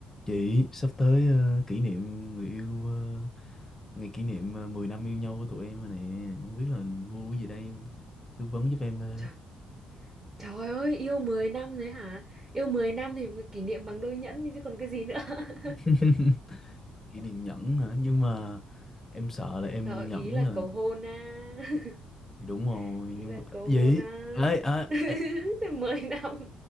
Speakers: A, on the left; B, on the right.
A: Chị sắp tới ờ, kỷ niệm người yêu ờ, ngày kỷ niệm ờ, 10 năm yêu nhau của tụi em rồi nè không biết là mua cái gì đây tư vấn giúp em ờ.
B: Trời, trời ơi, yêu 10 năm đấy hả? Yêu 10 năm thì kỷ niệm bằng đôi nhẫn đi chứ còn cái gì nữa.
A: <laughs>
B: <laughs>
A: kỷ niệm nhẫn hả nhưng mà em sợ là em
B: Rồi,
A: mua nhẫn
B: ý là
A: là
B: cầu hôn á. <laughs>
A: thì đúng rồi
B: Ý
A: nhưng
B: là
A: mà
B: cầu
A: gì
B: hôn á.
A: ấy à,
B: <laughs> mười năm.